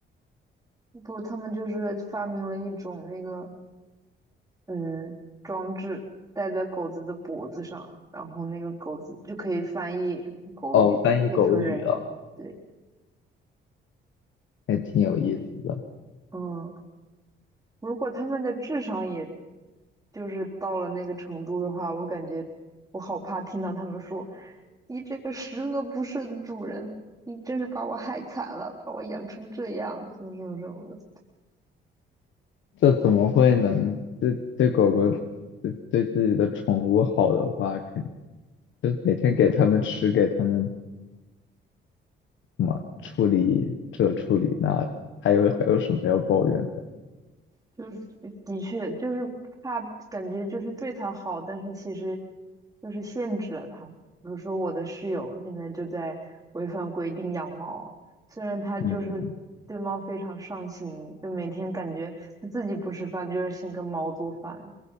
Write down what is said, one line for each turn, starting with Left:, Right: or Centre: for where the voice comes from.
Right: 不，他们就是发明了一种那个嗯装置，戴在狗子的脖子上，然后那个狗子就可以翻译狗语变成人语。
Left: 哦，翻译狗语啊，
Right: 对，
Left: 还挺有意思的。
Right: 嗯，如果他们的智商也就是到了那个程度的话，我感觉我好怕听到他们说：“你这个十恶不赦的主人，你真是把我害惨了，把我养成这样，什么什么什么的。”
Left: 这怎么会呢？对对狗狗，对对自己的宠物好的话，肯就每天给它们吃，给它们什么处理这处理那的，还有还有什么要抱怨的？
Right: 就是的确就是怕感觉就是对他好，但是其实就是限制了他。比如说我的室友现在就在违反规定养猫，虽然他就是对猫非常上心，
Left: 嗯
Right: 就每天感觉他自己不吃饭就是先跟猫做饭，